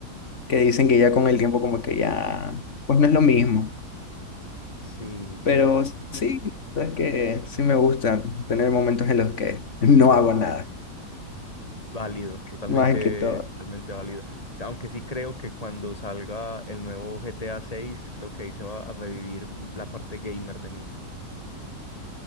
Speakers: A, on the left; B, on the left.
A: que dicen que ya con el tiempo como que ya, pues no es lo mismo.
B: Sí,
A: Pero
B: sí,
A: sí, es que sí me gusta tener momentos en los que no hago nada,
B: Válido, totalmente,
A: más que todo.
B: totalmente válido. Aunque sí creo que cuando salga el nuevo GTA 6, creo que ahí se va a revivir la parte gamer de mí.